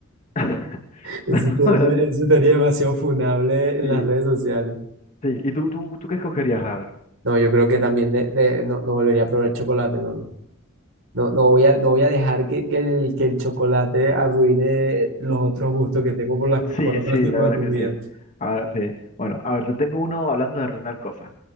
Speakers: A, on the left; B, on the right.
A: <laughs>
B: Eso
A: No,
B: estaría,
A: gracias.
B: eso estaría demasiado funable en
A: Sí,
B: las redes sociales.
A: sí. ¿Y tú, tú, tú qué escogerías? A ver.
B: No, yo creo que también de, de- no, no volvería a probar chocolate, no. No, no voy a, no voy a dejar que, que el, que el chocolate arruine los otros gustos que tengo por, las,
A: Sí,
B: por otro
A: sí,
B: tipo
A: la verdad
B: de comida.
A: que sí. A ver, sí. Bueno, a ver, yo tengo uno hablando de arruinar cosas.